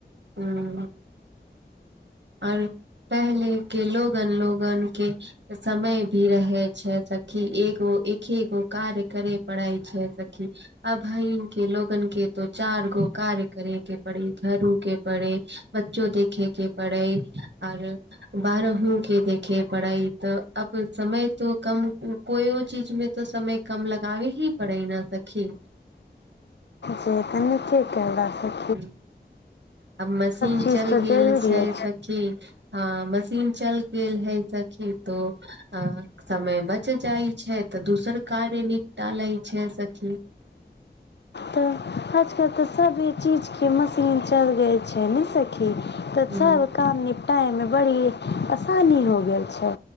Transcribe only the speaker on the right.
हूँ आओर पहले के लोगन लोगन के समय भी रहै छै सखि एगो एकेगो कार्य करै पड़ै छै सखि अभइन के लोगन के त चार गो कार्य करेके पड़े घरू के पड़े बच्चो देखे के पड़ै आओर बारहू के देखे पड़ै तऽ अब समय त कम कोइयो चीज मे तऽ समय कम लगाबी ही पड़े न सखी
हूँ अब मशीन
चलि
गेल
छै सखी हँ मशीन चल गेल है सखी तो अँ समय बच जाइ छै तऽ दुसर कार्य निपटा लै छै सखी
हूं